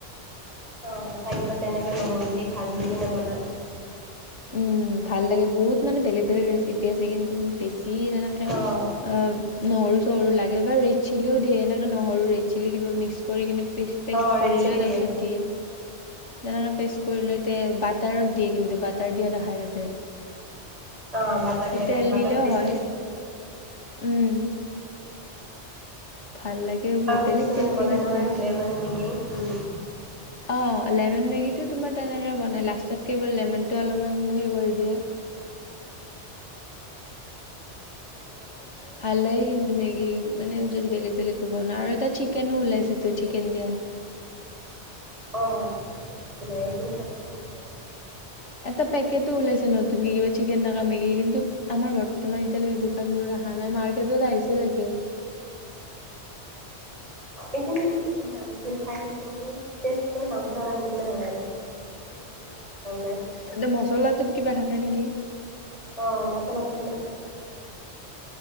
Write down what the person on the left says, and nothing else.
উম, ভাল লাগে, বহুত মানে বেলেগ বেলেগ ৰেচিপি আছে কিন্তু বেছি <unintelligible>
অ' নহৰু চহৰু লাগে বা ৰেড চিলিও দিয়ে, এনেকে নহৰু, ৰেড চিলি কিবা মিক্স কৰি কিনে পি পেষ্ট
কৰি
লয় তাৰপিছত দিয়ে। তেনেকা পেষ্ট কৰি লৈতে বাটাৰত দিয়ে কিন্তু বাটাৰ দিয়া দেখাই তাতে।
তেল
দিলেও
হয়
উম। ভাল লাগে।
বেলেগ
টেষ্টি
টেষ্টি
আছে।
অ' লেমন মেগীটো
তোমাৰ তেনেকে
বনাই,
লাষ্টত কেৱল নেমনটো অলপমান
হে কৰি দিয়ে।
ভাল লাগে
কিন্তু মেগী,
মানে যদি বেলেগ বেলেগ কৈ বনোৱা আৰু এটা চিক কেনো ওলাইছে তই চিকেন দিয়া <unintelligible>
এটা পেকেটটো ওলাইছ <unintelligible> নতুনকে কিবা চিকেন থকা মেগীৰ কিন্তু আমাৰ বৰ্তমান এতিয়ালৈকে দোকানবোৰত অহা নাই মাৰ্কেটত আহিছে চাগে। <unintelligible>
তাতে মচলাটোত কিবা থাকে নেকি? <inaudible>